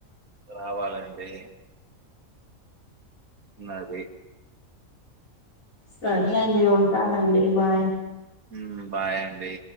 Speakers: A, on the right; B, on the left.
A: రావాలండి ఉన్నది
B: సరే అండి ఉంటానండి బాయ్
A: ఉం బాయ్ అండి